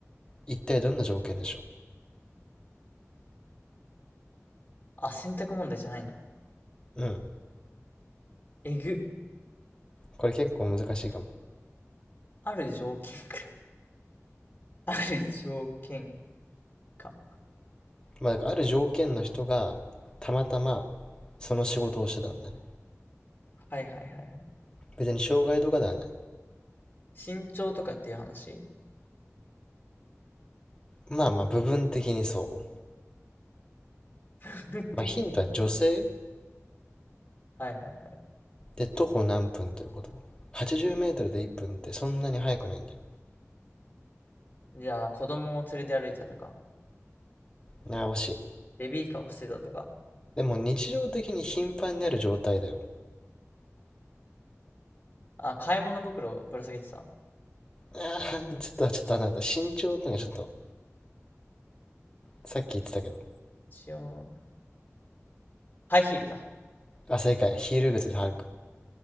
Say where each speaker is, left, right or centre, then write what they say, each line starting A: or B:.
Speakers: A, on the left (about 15°); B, on the left (about 35°).
A: 一体どんな条件でしょ
B: あ、選択問題じゃないの。
A: ううん。
B: えぐ。
A: これ結構難しいかも。
B: ある条件か <laughs> ある条件か。
A: まあ、だからある条件の人がたまたまその仕事をしてたんだね。
B: はいはいはいはい。
A: 別に障害とかではない。
B: 身長とかっていう話
A: まあまあ部分的にそう。
B: <laughs> 部分的に。
A: まあヒントは女性
B: はいはいは
A: で徒歩何分ということ。80メートルで1分ってそんなに速くないんだよ。
B: い。じゃあ、子供を連れて歩いたとか、
A: なあ、惜しい。
B: ベビーカーをしてたとか、
A: でも日常的に頻繁になる状態だよ。
B: あ、買い物袋をぶら下げてた。
A: ああ、ちょっと、ちょっとあなた、身長ってのがちょっと、さっき言ってたけど。
B: 一応、ハイヒールだ。
A: あ、正解。ヒール靴で歩く。
B: はい。